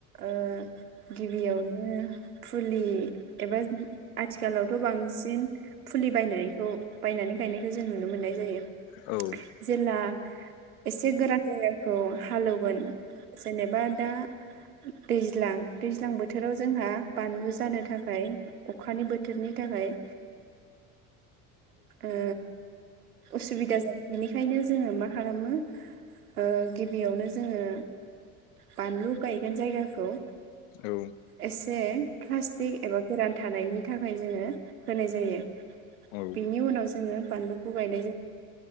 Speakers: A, on the right (about 90°); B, on the left (about 70°).
A: ओ गिबियावनो फुलि एबा आथिखालावथ' बांसिन फुलि बायनायखौ बायनानै गायनायखौ जों नुनो मोननाय जायो।
B: औ
A: जेला एसे गोरान जायखौ हालौगोन जेनेबा दा दैज्लां दैज्लां बोथोराव जोंहा बानलु जानो थाखाय अखानि बोथोरनि थाखाय ओ उसुबिदा जायो बेनिखायनो जोंङो मा खालामो ओ गिबियावनो जोंङो बानलु गायगोन जायगाखौ
B: औ
A: एसे प्लास्टिक एबा गोरान थानायनि थाखाय जोंङो होनाय जायो
B: औ
A: बिनि उनाव जोंङो बानलुखौ गायनाय जायो।